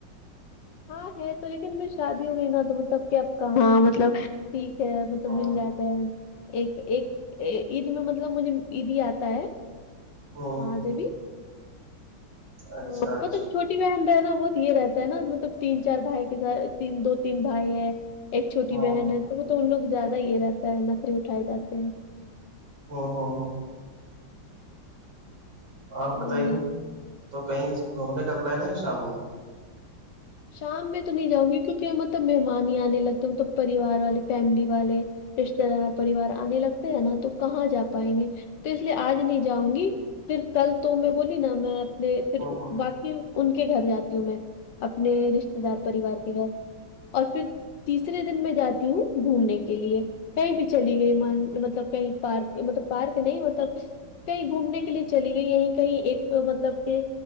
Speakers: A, on the left; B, on the right.
A: ہاں ہے تو لیکن میں شادی ہو گئی نا تو مطلب کیا کہاں مطلب ٹھیک ہے مطلب
B: ہاں
A: مل جاتا ہے ایک ایک عید میں مطلب مجھے عید ہی آتا ہے
B: او
A: وہاں سے بھی
B: اچھا
A: تو
B: اچھا
A: مطلب چھوٹی بہن رہنا بہت یہ رہتا ہے نا مطلب تین چار بھائی کے دو تین بھائی ہیں ایک چھوٹی
B: او
A: بہن ہے تو وہ تو ان لوگ زیادہ یہ رہتا ہے نقل اٹھائے جاتے ہیں
B: <inaudible> اور بتائیے
A: وہی ہے
B: تو کہیں گھومنے کا پلان ہے شام میں
A: شام میں تو نہیں جاؤں گی کیونکہ مطلب مہمان ہی آنے لگتے ملب پریوار والے فیملی والے رشتے دار پریوار آنے لگتے ہیں نا تو کہاں جا پائیں گے تو اس لیے آج نہیں جاؤں گی پھر کل تو میں بولی نا میں پھر
B: او ہو
A: باقی ان کے گھر جاتی ہوں میں اپنے رشتے دار پریوار کے گھر اور پھر تیسرے دن میں جاتی ہوں گھومنے کے لیے کہیں بھی چلی گئی مطلب کہیں پارک مطلب پارک نہیں مطلب کہیں گھومنے کے لیے چلی گئی یہیں کہیں ایک مطلب کہ